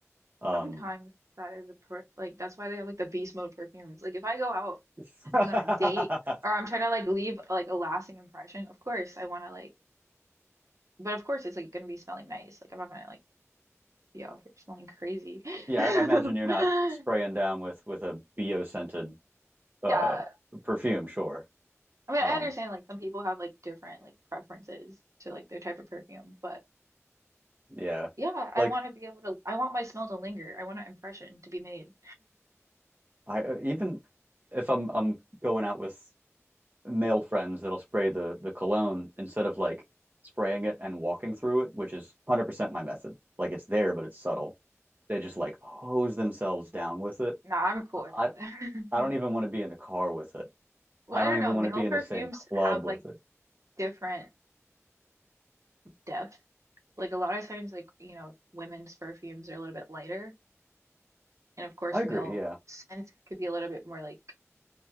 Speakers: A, on the right; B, on the right.
A: Um,
B: sometimes that is a per like that's why they have like the beast mode perfumes. Like if I go out
A: <laughs> yeah,
B: like on a date or I'm trying to like leave like a lasting impression, of course I want to like, but of course it's like gonna be smelling nice. Like I'm not gonna like be out here smelling crazy.
A: I
B: <laughs>
A: imagine you're not spraying down with with a bio scented uh
B: Yeah.
A: perfume, sure.
B: I mean,
A: Um,
B: I understand like some people have like different like preferences to like their type of perfume, but
A: yeah,
B: yeah, I
A: like
B: want to be able to I want my smell to linger. I want an impression to be made.
A: I uh, even if I'm I'm going out with male friends that'll spray the the cologne instead of like spraying it and walking through it, which is 100% my method. Like it's there, but it's subtle. They just like hose themselves down with it.
B: No, I'm cool with
A: I
B: that.
A: I don't even
B: <laughs>
A: want to be in the car with it.
B: Well,
A: I
B: I
A: don't
B: don't
A: even
B: know.
A: want
B: Male
A: to be
B: perfumes
A: in the same club
B: have
A: with
B: like
A: it.
B: different depth. Like a lot of times like, you know, women's perfumes are a little bit lighter, and of course
A: I agree,
B: male
A: yeah.
B: scents could be a little bit more like